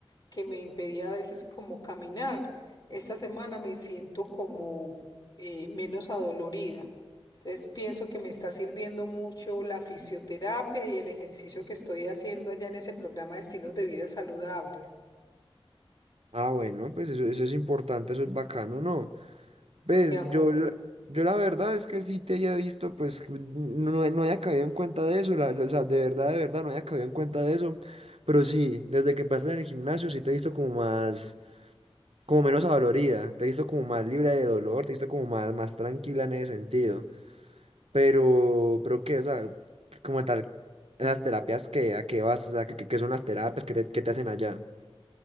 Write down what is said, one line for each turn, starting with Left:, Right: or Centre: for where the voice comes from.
Left: que me impedía a veces como caminar? Esta semana me siento como eh, menos adolorida. Entonces pienso que me está sirviendo mucho la fisioterapia y el ejercicio que estoy haciendo allá en ese programa de estilos de vida saludables.
Right: Ah, bueno, pues eso, eso es importante, eso es bacano, ¿no? Ves,
Left: Se amó.
Right: yo, la- yo la verdad es que sí te había visto, pues no, no no había caído en cuenta de eso, la- la- o sea, de verdad, de verdad, no había caído en cuenta de eso, pero sí, desde que empezaste en el gimnasio sí te he visto como más, como menos adolorida, te he visto como más libre de dolor, te he visto como más, más tranquila en ese sentido. Pero, pero qué, o sea, como tal, las terapias que, ¿a qué vas? O sea, ¿qué, qué- qué son las terapias? ¿Qué te, qué te hacen allá?